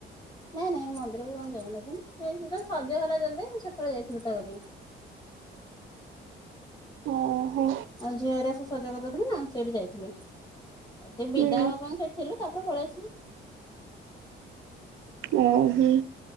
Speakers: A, on the left; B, on the right.
A: ନାଇଁ ନାଇଁ ମନ୍ଦିରକୁ କଣ ଯାଇନଥିଲୁ ସେଗୁରା ସଜହେଲା ଜଲ୍ଦି ସେତେବେଳେ ଯାଇଥିଲୁ ତା କତିକି।
B: ଓହୋ
A: ଆଉ ଝିଅ ହେରା ସବୁ ସଜ କରିଦଉଥିଲେ ନା ସେଇଠି ଯାଇଥିଲୁ। ସେ ବିଦା
B: ହୁଁ
A: ବାପାଙ୍କୁ ସେଠି ଥିଲୁ, ତାପରେ ପଳେଇ ଆସିଲୁ।
B: ଓ ହୁଁ।